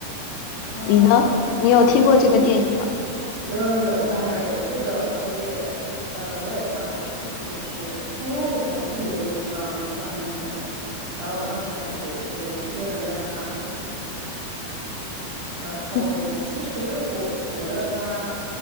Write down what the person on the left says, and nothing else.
你呢？你有听过这个电影吗？
嗯，